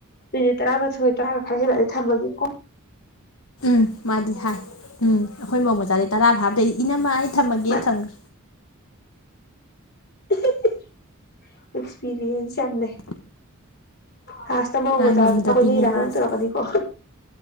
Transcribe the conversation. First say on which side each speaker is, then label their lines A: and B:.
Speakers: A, on the left; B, on the left.
A: ꯃꯤꯅꯤꯠ ꯇꯔꯥꯃꯥꯊꯣꯏ ꯇꯔꯥꯒ ꯈꯔ ꯐꯥꯖꯜꯂꯗꯤ ꯊꯝꯃꯒꯦ ꯀꯣ
B: ꯎꯝ ꯃꯥꯗꯤ ꯍꯥꯏ ꯎꯝ ꯑꯩꯈꯣꯏ ꯃꯣꯃꯣꯆꯥꯗꯤ ꯇꯔꯥ ꯐꯥꯕꯗꯩ ꯏꯅꯝꯃ ꯑꯩ ꯊꯝꯃꯒꯦ
A: ꯃꯥ
B: ꯊꯝꯒ꯭ꯔꯦ
A: <inaudible> ꯑꯦꯛꯁꯄꯤꯔꯤꯌꯦꯟꯁ ꯌꯥꯝ ꯂꯩ ꯍꯥ ꯆꯃꯧ
B: ꯉꯥꯏ
A: ꯃꯆꯥ
B: ꯉꯝꯗꯕꯤꯅꯦ
A: ꯅꯨꯄꯥ ꯀꯣꯏꯅꯩ ꯀꯥꯏꯅ
B: ꯃꯥꯁꯦ
A: ꯑꯃꯨꯛ ꯇꯧꯔꯛꯀꯅꯤꯀꯣ